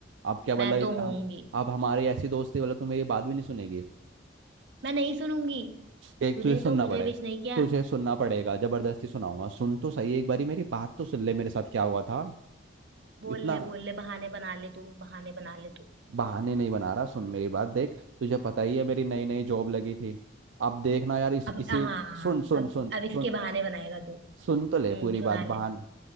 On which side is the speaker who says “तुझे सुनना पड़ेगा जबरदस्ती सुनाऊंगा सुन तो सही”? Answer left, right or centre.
Right